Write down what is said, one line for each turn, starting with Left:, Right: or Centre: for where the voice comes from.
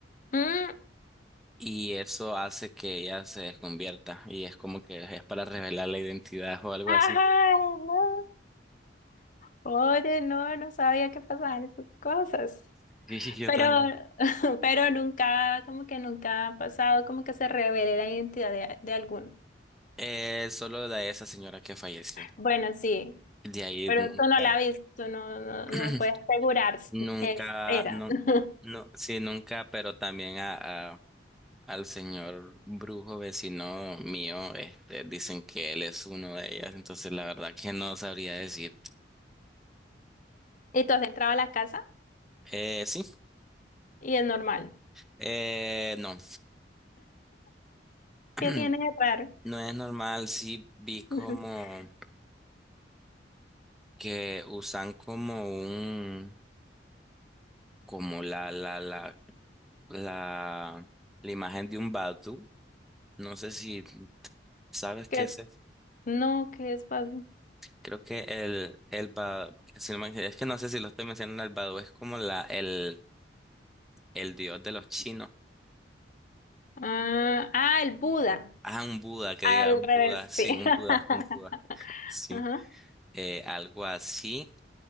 Left: Mm,
Centre: Y eso hace que ella se desconvierta y es como que es para revelar la identidad o algo
Left: Ajá,
Centre: así.
Left: no. oye, no, no sabía que pasaban esas cosas.
Centre: Sí, <laughs> sí, yo
Left: Pero,
Centre: también.
Left: <laughs> pero nunca, como que nunca ha pasado, como que se revele la identidad de, de alguno.
Centre: Eh, solo de esa señora que falleció.
Left: Bueno, sí,
Centre: De ahí
Left: pero
Centre: nunca,
Left: tú no la viste, tú no, no,
Centre: <clears throat>
Left: no puedes asegurar, s-
Centre: nunca,
Left: es, era.
Centre: no,
Left: <laughs>
Centre: no, sí, nunca, pero también a, a- al señor brujo vecino mío, este, dicen que él es uno de ellas, entonces la verdad que no sabría decir.
Left: Y tú has entrado a la casa
Centre: Eh, sí,
Left: y es normal.
Centre: eh, no. <clears throat>
Left: ¿Qué tiene de raro?
Centre: No es normal, sí vi como
Left: <laughs>
Centre: que usan como un, como la, la, la, la, la imagen de un Batu. No sé si sabes qué
Left: Que
Centre: es. eso.
Left: no, que es pas-
Centre: Creo que el, el Badu, si no me- es que no sé si lo estoy mencionando, el Badu es como la, el, el dios de los chinos.
Left: Ah, ah, el Buda,
Centre: Ah, un Buda, que
Left: al
Centre: diga, un
Left: revés,
Centre: Buda, sí,
Left: sí. <laughs>
Centre: un Buda, un Buda. Sí,
Left: Ajá,
Centre: eh, algo así,